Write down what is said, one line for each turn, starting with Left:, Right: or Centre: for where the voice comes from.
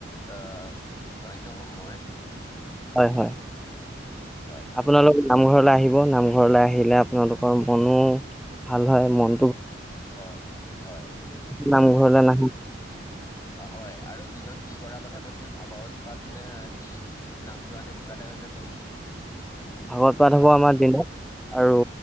Left: আহ ধনয় হম মই।
Centre: হয় হয়
Left: হয়
Centre: আপোনালোক? নামঘৰলৈ আহিব নামঘৰলৈ আহিলে আপোনালোকৰ মনো ভাল হয় মন।
Left: হয় হয়
Centre: নামঘৰলৈ
Left: আৰু
Centre: নাহে
Left: হয় আৰু দিনত কি কৰাৰ কথা কৈছিল। ভাগৱত পাত নে কি? নাম লোৱা নে কিবা এটা যে কৈছিল।
Centre: ভাগত পাত
Left: হয়
Centre: হ'ব। আমাৰ দিনত আৰু